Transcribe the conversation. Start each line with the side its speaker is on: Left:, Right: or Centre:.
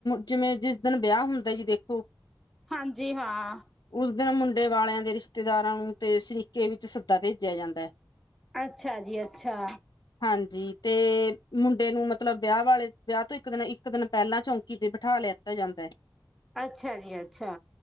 Left: ਜਿਵੇਂ ਜਿਸ ਦਿਨ ਵਿਆਹ ਹੁੰਦਾ ਜੀ ਦੇਖੋ
Centre: ਹਾਂਜੀ ਹਾਂ,
Left: ਉਸ ਦਿਨ ਮੁੰਡੇ ਵਾਲਿਆਂ ਦੇ ਰਿਸ਼ਤੇਦਾਰਾਂ ਨੂੰ ਤੇਸਰੀ ਵਿੱਚ ਸੱਦਾ ਭੇਜਿਆਂ ਜਾਂਦਾ ਹੈ।
Centre: ਅੱਛਾ ਜੀ ਅੱਛਾ।
Left: ਹਾਂਜੀ ਤੇ ਮੁੰਡੇ ਨੂੰ ਮਤਲਬ ਵਿਆਹ ਵਾਲੇ, ਵਿਆਹ ਤੋਂ ਇੱਕ ਦਿਨ ਇੱਕ ਇਕ ਦਿਨ ਪਹਿਲਾਂ ਚੌਂਕੀ ਤੇ ਬਿਠਾ ਲਿਆਤਾ ਜਾਂਦਾ ਐ।
Centre: ਅੱਛਾ ਜੀ ਅੱਛਾ।